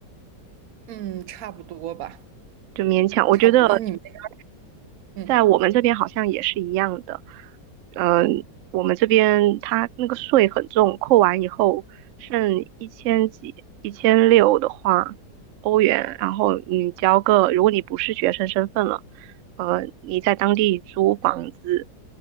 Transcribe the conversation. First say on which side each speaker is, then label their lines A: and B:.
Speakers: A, on the right; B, on the right.
A: 嗯，差不多吧，
B: 就勉强。我觉得
A: 差不多。那你们那边儿嗯，
B: 在我们这边好像也是一样的，嗯，我们这边它那个税很重，扣完以后剩一千几、一千六的话，欧元，然后你交个，如果你不是学生身份了，呃，你在当地租房子，